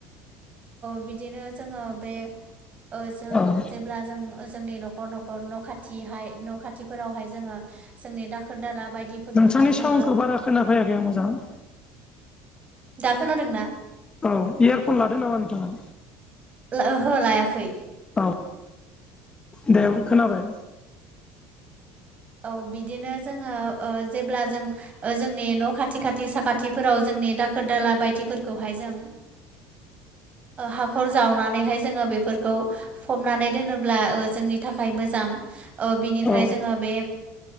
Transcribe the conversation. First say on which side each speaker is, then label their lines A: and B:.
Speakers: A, on the right; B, on the left.
A: बिदिनो जोंङो बे ज
B: औ
A: जेंब्ला जों जोंनि न'खर न'खर न' खाथिहाय न' खाथिफोरावहाय जोंङो जोंनि दाखोर दाला बायदिफोरखौहाय
B: नोंथांनि
A: जोंङो।
B: साउन्डखौ बारा खोनाफैयाखै आ मोजां?
A: दा खोनादों ना?
B: औ इयारफन लादो नामा नोंथांङा
A: ओहो लायाखै
B: औ
A: औ
B: दे खोनाबाय
A: औ बिदिनो जोंङो जेब्ला जों? जोंनि न' खाथि खाथि साखाथिफोराव जोंनि दाखोर दाला बायदिफोरखौहाय जों हाखर जावनानैहाय जोंङो बेफोरखौ फबनानै दोनोब्ला जोंनि थाखाय मोजां बिनिफ्राय
B: औ
A: जोंङो बे